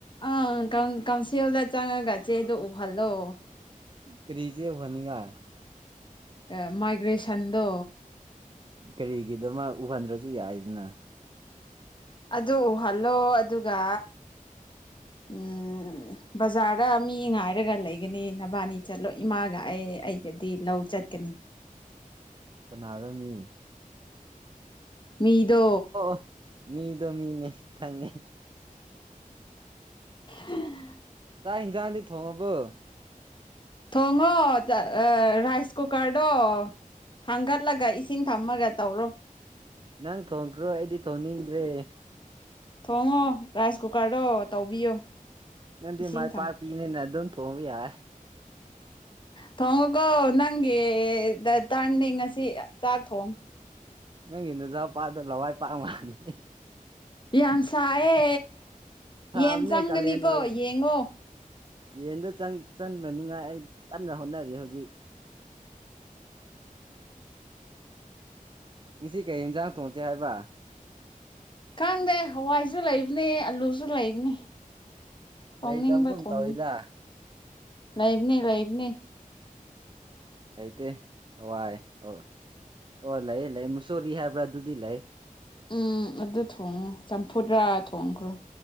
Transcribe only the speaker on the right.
ꯀ꯭ꯔꯦꯖꯤ ꯍꯣꯅꯤꯒꯥ
ꯀꯔꯤꯒꯤꯗꯃꯛ ꯎꯍꯟꯗ꯭ꯔꯁꯨ ꯌꯥꯏꯗꯅ
ꯀꯅꯥꯔꯥꯃꯤ
ꯑꯣ ꯃꯤꯗꯣ ꯃꯤꯅꯦ ꯈꯪꯉꯦ
ꯆꯥꯛ ꯍꯤꯟꯖꯥꯡꯗꯤ ꯊꯣꯡꯉꯕꯣ
ꯅꯪ ꯊꯣꯡꯈ꯭ꯔꯣ ꯑꯩꯗꯤ ꯊꯣꯡꯅꯤꯡꯗ꯭ꯔꯦ
ꯅꯪꯗꯤ
ꯃꯥꯏ ꯄꯥꯄꯤꯅꯦꯅ ꯑꯗꯨꯝ ꯊꯣꯡꯕ ꯌꯥꯏ
ꯅꯪꯒꯤꯅꯖ ꯄꯥꯗꯣ ꯂꯋꯥꯏ ꯄꯥꯛ ꯃꯥꯅꯤ
ꯁꯥꯕꯅꯦ
ꯀꯥꯂꯦꯟ ꯑꯣꯏ
ꯌꯦꯟꯗꯣ ꯆꯪ-ꯆꯪꯗꯅꯤꯡꯉꯥꯏ ꯑꯩ ꯀꯟꯅ ꯍꯣꯠꯅꯔꯤ ꯍꯧꯖꯤꯛ ꯉꯁꯤ ꯀꯩ ꯌꯦꯟꯖꯥꯡ ꯊꯣꯡꯁꯦ ꯍꯥꯏꯕ
ꯂꯩꯇꯕꯒꯨꯝ
ꯇꯧꯋꯤꯗ
ꯑꯩꯇꯦ ꯍꯋꯥꯏ ꯑꯣ-ꯑꯣ ꯂꯩꯌꯦ- ꯂꯩꯌꯦ ꯃꯨꯁꯣꯔꯤ ꯍꯥꯏꯕ꯭ꯔꯥ ꯑꯗꯨꯗꯤ ꯂꯩ